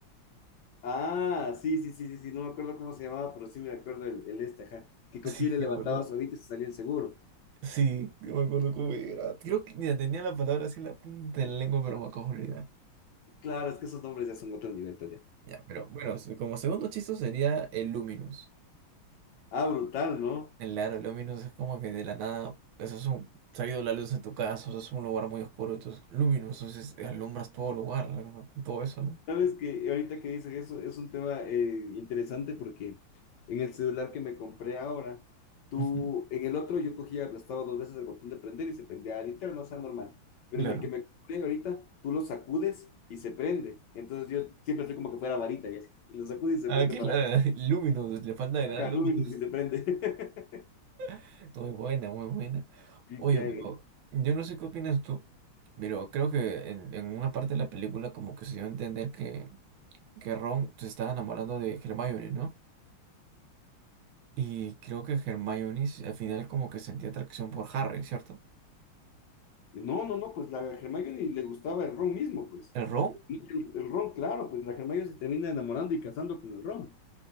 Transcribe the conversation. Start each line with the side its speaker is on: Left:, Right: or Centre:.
Left: Ah, sí, sí, sí, sí, sí, no me acuerdo cómo se llamaba, pero sí me acuerdo el, el este, ajá, que cogía
Right: Sí,
Left: y le
Right: creo,
Left: levantaba su hábito y se salía el seguro.
Right: Sí, no me acuerdo cómo era. Creo que mira, tenía la palabra así en la punta de la lengua, pero me acabo de olvidar.
Left: Claro, es que esos nombres ya son otro nivel, pues ya.
Right: Ya, pero bueno, se- como segundo chiste sería el Luminous.
Left: Ah, brutal, ¿no?
Right: El aro Luminous es como que de la nada, eso es un, se ha ido la luz en tu casa, eso es un lugar muy oscuro, entonces Luminous, entonces eh, alumbras todo lugar, ¿no? con todo eso, ¿no?
Left: Sabes que ahorita que dices eso, es un tema eh, interesante porque en el celular que me compré ahora, tú,
Right: Ujú,
Left: en el otro yo cogía, aplastaba dos veces el botón de prender y se prendía al interno, o sea, normal. Pero
Right: Claro.
Left: en el que me compré ahorita, tú lo sacudes y se prende. Entonces yo siempre estoy como que fuera varita y así. Lo sacudes y se
Right: Ah,
Left: prende
Right: que
Left: para
Right: claro, <laughs> Luminous, le falta agregar
Left: bajar
Right: Luminous.
Left: luz y se prende. <laughs>
Right: <laughs> Muy buena, muy buena.
Left: que-
Right: Oye,
Left: que-
Right: pero yo no sé qué opinas tú, pero creo que en, en una parte de la película como que se dio a entender que que Ron se estaba enamorando de Hermione, ¿no? Y creo que Hermione s- al final como que sentía atracción por Harry, ¿cierto?
Left: no, no, no, pues la Hermione le gustaba el Ron mismo, pues.
Right: ¿El Ron?
Left: No que El, el Ron, claro, pues la Hermione se termina enamorando y casando con el Ron,